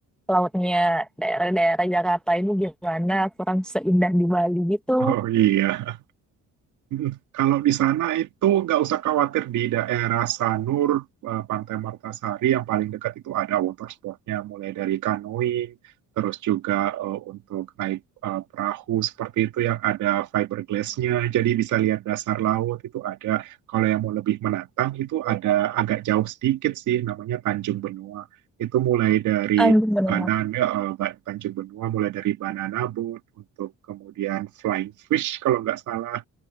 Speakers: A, in the centre; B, on the right (about 70°).
A: lautnya daerah-daerah Jakarta ini gimana kurang seindah di Bali gitu.
B: Oh iya, Mm, Kalau di sana itu nggak usah khawatir di daerah Sanur, eh, Pantai Martasari yang paling dekat itu ada water sportnya, mulai dari canoeing, terus juga eh, untuk naik eh, perahu seperti itu yang ada fiberglassnya, jadi bisa lihat dasar laut itu ada. Kalau yang mau lebih menantang itu ada agak jauh sedikit sih, namanya Tanjung Benua. Itu mulai dari
A: Aduh, bener.
B: Banana, eh, Ba- Tanjung Benua mulai dari banana boat untuk kemudian flying fish kalau nggak salah